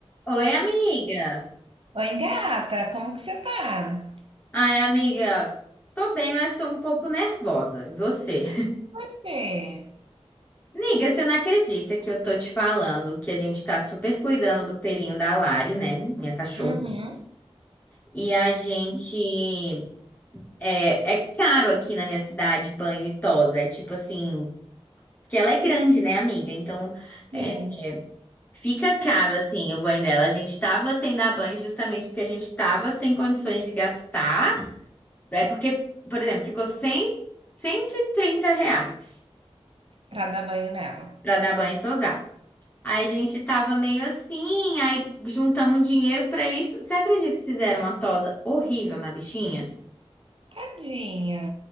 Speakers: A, on the left; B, on the right.
A: Oi, amiga.
B: Oi, gata, como que você tá?
A: Ai, amiga, tô bem, mas tô um pouco nervosa. E Você? <laughs>
B: Você?
A: Amiga, você não acredita que eu tô te falando que a gente tá super cuidando do pelinho da Lari, né? Minha cachorra.
B: Uhum.
A: E a gente. É, é caro aqui na minha cidade banho e tosa. É tipo assim. Porque ela é grande, né, amiga? Então,
B: Sim,
A: é, fica caro, assim, o banho dela. A gente tava sem dar banho justamente porque a gente tava sem condições de gastar. É porque, por exemplo, ficou 100, 130 reais
B: pra dar banho nela.
A: pra dar banho e tosar. Aí a gente tava meio assim, aí juntamos dinheiro pra isso. Você acredita que fizeram uma tosa horrível na bichinha?
B: Tadinha.